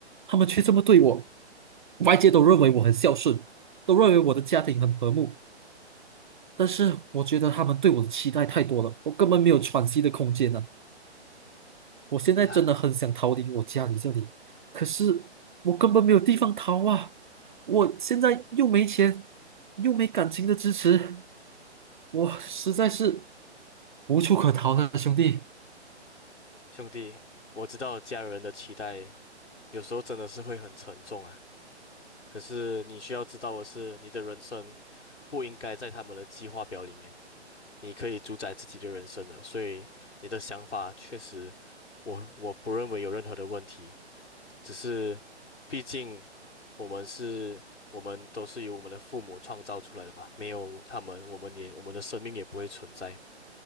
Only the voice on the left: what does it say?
唉，
兄弟，我知道家人的期待有时候真的是会很沉重啊。可是你需要知道的是，你的人生不应该在他们的计划表里面。你可以主宰自己的人生的，所以你的想法确实我我不认为有任何的问题。只是毕竟我们是，我们都是由我们的父母创造出来的嘛，没有他们，我们也我们的生命也不会存在。